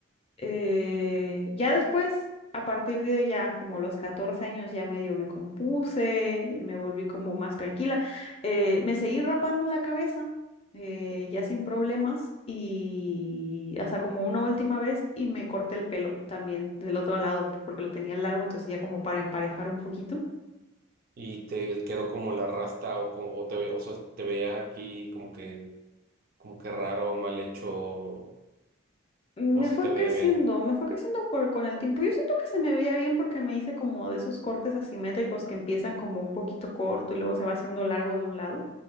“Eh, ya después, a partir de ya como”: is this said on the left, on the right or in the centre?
Left